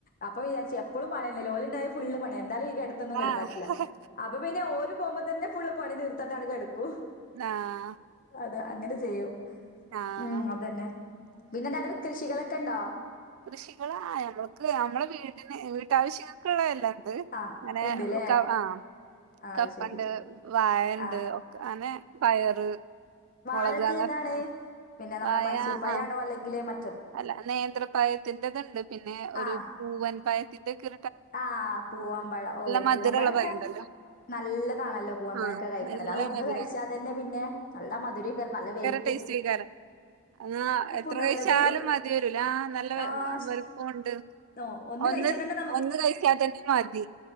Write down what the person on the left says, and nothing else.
അപ്പം വിചാരി എപ്പോഴും പണിയല്ല ഒലോലിണ്ടായ ഫുള് പണി എന്താല ഈ
<unintelligible> അപ്പൊ പിന്നെ പോക്പ തന്നെ ഫുള് പണി തീർ പട്ടടക്ക് എടുക്കൂ
അത് അങ്ങനെ ചെയ്യും
ഉം അതന്നെ പിന്നെന്താ ടുവ് കൃഷികളൊക്കെണ്ടോ?
ആ
ഇണ്ട്ല്ലേ
ആഹ്
ശരി
ആഹ്
വാഴൊക്കേതാണ്
പിന്നെ നമ്മളെ
മൈസൂർ പഴാണോ
അല്ലെങ്കിൽ മ
ആഹ്
ആഹ് പൂവമ്പയം ഓ
പൂവമ്പഴൊക്കെ
നല്ലതാണല്ലോ പൂവമ്പയൊക്കെ
കഴിക്കണത്
അതൊന്ന്
കഴിച്ചാ തന്നെ പിന്നെ നല്ല മധുരൊക്ക നല്ല വേൽ
ഉണ്ടാവൂലേ
അത്
ആഹ് ശ
ഓ
കഴിച്ചാൽ
തന്നെ